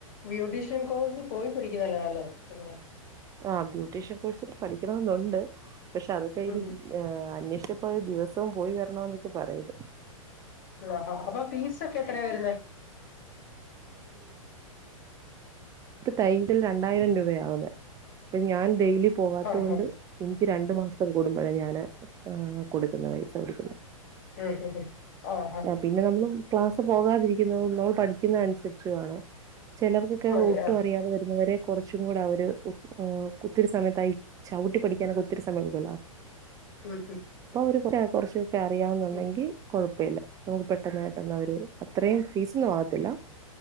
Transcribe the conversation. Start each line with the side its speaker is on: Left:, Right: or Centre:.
Left: ബ്യൂട്ടീഷ്യൻ കോഴ്സ് പോയി പഠി ക്ക്‌ നല്ലതാല്ലോ പിന്നെ
Right: ആ ബ്യൂട്ടീഷ്യൻ കോഴ്സ് പഠിക്കണമെന്നുണ്ട് പക്ഷെ അതൊക്കെയിന്
Left: ഉം ഉം
Right: ഹ് അന്വേഷി നിപ്പൊത് ദിവസവും പോയി വരണോന്നൊക്ക പറയത്
Left: ആ ആ അപ്പൊ ഫീസൊക്കെ എത്രയാ വരുന്നെ?
Right: പ്പ <unintelligible> രണ്ടായിരം രൂപയാവുന്നേ അപ്പൊ ഞാൻ ഡെയിലി പോവാത്തോണ്ട്
Left: ആ ആ ഉം
Right: ഇഞ്ച് രണ്ടു മാസം കൂടുമ്പഴ ഞാന് കൊടുക്കുന്നെ പൈസ കൊടുക്കുന്നെ
Left: ഉം ഹ് ഹ് ആഹ്
Right: പിന്നെ നമ്മൾ ക്ലാസ് പോകാതിരിക്കുന്ന് <unintelligible> പഠിക്കുന്ന അനുസരിച്ച് ആണോ ചെലർക്കൊക്കെ
Left: മതി
Right: ഉ ഒട്ടും
Left: ആ
Right: അറിയാതെ വരുന്നവരെ കൊറച്ചും കൂടെ അവര് ഒ കുത്തിരി സമയത്തായി ചവിട്ടി പഠിക്കാനൊക്ക ഒത്തിരി സമയം എടുക്കലൊ
Left: ഉം ഉം
Right: പ്പ ഒരു കുറചു അറിയാവുന്നുണ്ടെങ്കി
Left: ഉം
Right: കൊഴപ്പല്ല നമുക്ക് പെട്ടെന്ന് പെട്ടെന്ന് അ ഒര് അത്രയും ഫീസ് മാ ടല